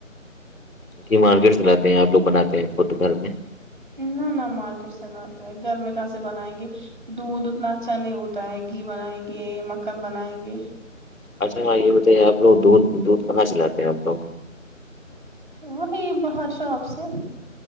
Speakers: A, on the left; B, on the right.
A: یہ مارکیٹ سے لاتے ہیں آپ لوگ بناتے ہیں فڈ گھر میں
B: نہ نہ مارکیٹ سے لاتتے ہے گھر میں کہاں سے بنائیں گے دودھ اتنا اچھا نہیں ہوتا ہے گھی بنائیں گے مکھن بنائیں گے
A: اچھا ہاں یہ بتاے آپ لوگ دودھ دودھ کہاں سے لاتے ہیں آپ لوگ
B: وہی باہر شاپ سے